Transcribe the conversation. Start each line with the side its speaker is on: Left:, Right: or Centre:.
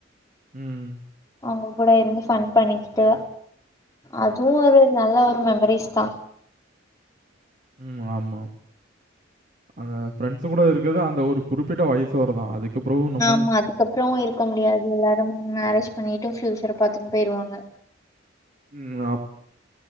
Right: உம்
Left: அவங்க கூட இருந்து ஃபன் பண்ணிக்கிட்டு அதுவும் ஒரு நல்ல ஒரு மெமரிஸ் தா
Right: உம் ஆமா அந்த ஃப்ரெண்ட்ஸ் கூட இருக்குது அந்த ஒரு குறிப்பிட்ட வயசு வரதா அதுக்கு பிறகு நம்ம
Left: ஆமா அதுக்கப்புறம் இருக்க முடியாது எல்லாரும் மேரேஜ் பண்ணிட்டுும் பியூச்சர் பாத்துட்டு போயிருவாங்க
Right: உம்